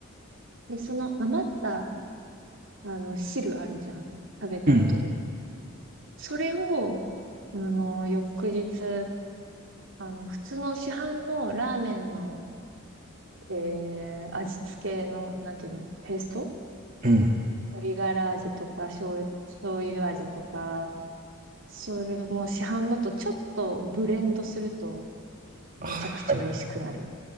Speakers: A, on the right; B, on the right.
A: で、その余った、あの、汁あるじゃん。食べた後に。
B: うん。
A: それを、あの、翌日、あの、普通の市販のラーメンの、えー、味付けの、なんていうの、ペースト
B: うん。
A: 鶏ガラ味とか、醤油、醤油味とか、それも市販のとちょっとブレンドすると、めちゃくちゃ美味しくなる。
B: はいはい。